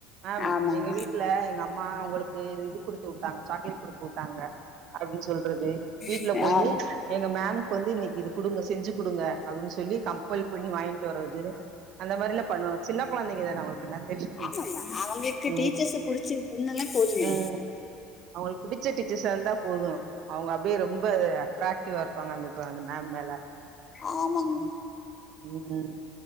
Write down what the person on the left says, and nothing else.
ஆ ஆமாங்க
மேம்
ஆமா
ஆமாமா அவங்களுக்கு
டீச்சர்ஸ்ச புடிச்சிருதுன்னா போதுமே
ஆமாங்கமா